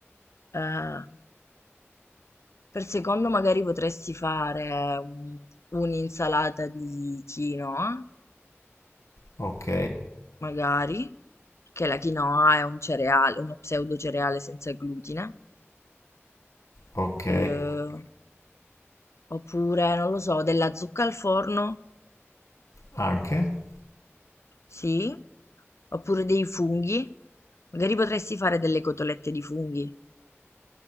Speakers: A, on the left; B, on the left.
A: eh, per secondo magari potresti fare un- un'insalata di quinoa,
B: Ok,
A: magari, perché la quinoa è un cereale, uno pseudo cereale senza glutine.
B: ok,
A: Eh, oppure non lo so della zucca al forno
B: anche.
A: sì oppure dei funghi magari potresti fare delle cotolette di funghi